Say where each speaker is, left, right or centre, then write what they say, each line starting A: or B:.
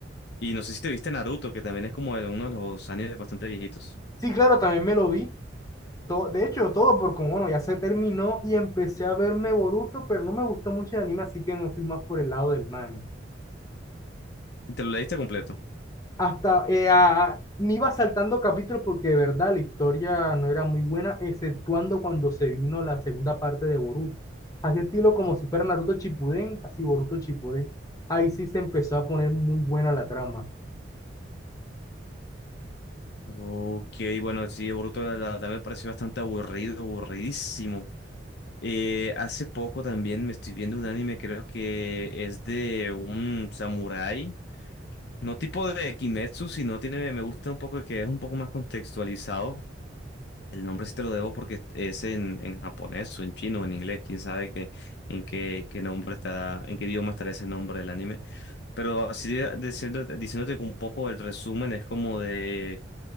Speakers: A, on the left; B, on the left.
A: Y no sé si te viste Naruto, que también es como de uno de los años bastante viejitos.
B: Sí, claro, también me lo vi. To- de hecho, todo porque, bueno, ya se terminó y empecé a verme Boruto, pero no me gustó mucho el anime, así que me fui más por el lado del manga.
A: ¿Y te lo leíste completo?
B: Hasta eh, a- me iba saltando capítulos porque de verdad la historia no era muy buena, exceptuando cuando se vino la segunda parte de Boruto. Así estilo como si fuera Naruto Shippuden, así Boruto Shippuden. Ahí sí se empezó a poner muy buena la trama.
A: Ok, bueno, sí, Boruto la la verdad me pareció bastante aburrido, aburridísimo. Eh, hace poco también me estoy viendo un anime, creo que es de un samurái. No tipo de Kimetsu, sino tiene, me gusta un poco que es un poco más contextualizado. El nombre sí te lo debo porque es en, en japonés o en chino o en inglés, quién sabe qué, en qué, qué nombre está, en qué idioma estará ese nombre del anime. Pero así de- diciendo, diciéndote un poco el resumen, es como de